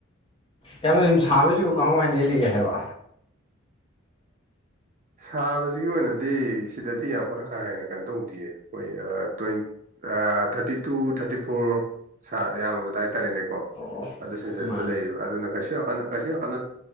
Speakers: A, on the left; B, on the right.
A: ꯢꯌꯥꯝꯕ ꯑꯗꯨ ꯁꯥꯕꯁꯤꯕꯨ ꯀꯃꯥꯢ ꯀꯃꯥꯢ ꯂꯦꯜꯂꯤꯒꯦ ꯍꯥꯏꯕ
B: ꯁꯥꯕꯁꯤꯒꯤ ꯑꯣꯏꯅꯗꯤ ꯁꯤꯗꯗꯤ ꯌꯥꯝ ꯀꯥꯟꯅ ꯀꯥ ꯍꯦꯟꯅ ꯀꯩꯅꯣ ꯇꯧꯗꯦꯌꯦ ꯑꯩꯈꯣꯏ ꯑꯥ twenty thirty two thirty four ꯁꯥ ꯌꯥꯝꯃꯕꯗ ꯍꯥꯏꯇꯥꯔꯦꯅꯦ ꯀꯣ
A: ꯑꯣ ꯑꯣ
B: ꯑꯗꯨ ꯁꯤꯁꯦꯁꯇ
A: ꯃꯥꯅꯦ
B: ꯂꯩꯕ ꯑꯗꯨꯅ ꯀꯩꯁꯨ ꯌꯥꯝꯅ ꯊꯥꯟꯅ ꯀꯩꯁꯨ ꯌꯥꯝ ꯀꯥꯟꯅ